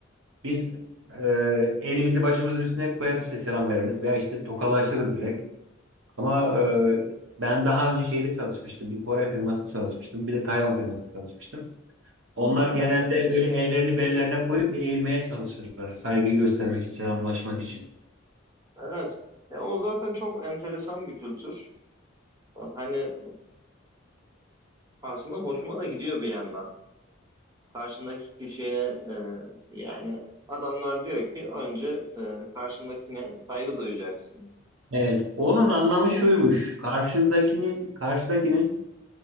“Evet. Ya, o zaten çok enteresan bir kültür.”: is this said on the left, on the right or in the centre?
Right